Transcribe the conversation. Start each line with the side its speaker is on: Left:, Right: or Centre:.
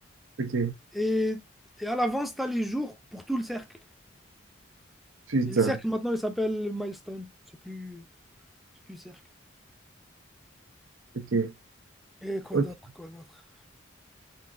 Right: Ok.
Centre: Et, et à l'avance, tu as les jours pour tout le cercle.
Right: Putain.
Centre: Et le cercle, maintenant, il s'appelle Milestone. C'est plus, c'est plus cercle.
Right: Ok.
Centre: Et quoi
Right: Ok.
Centre: d'autre, quoi d'autre?